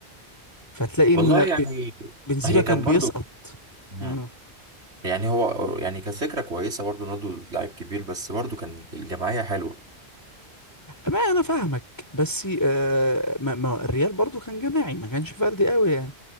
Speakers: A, on the left; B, on the right.
A: فتلاقي
B: والله
A: ان
B: يعني
A: بنزيما
B: هي
A: كان
B: كانت
A: بيسقط
B: برضو مم.
A: آه.
B: يعني هو يعني كانت فكره كويسه برضو رونالدو لاعب كبير بس برضو كان الجماعيه حلوه
A: ما انا فاهمك بس آه ما ما الريال برضو كان جماعي ما كانش فردي قوي يعني